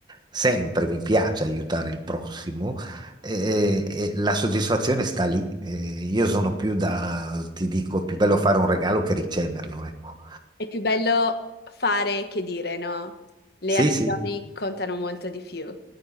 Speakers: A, on the right; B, on the left.
A: sempre, mi piace aiutare il prossimo, eh, e la soddisfazione sta lì. Eh, io sono più da, ti dico, è più bello fare un regalo che riceverlo, ecco.
B: È più bello fare che dire, no? Le
A: Sì,
B: azioni
A: sì,
B: contano molto di più.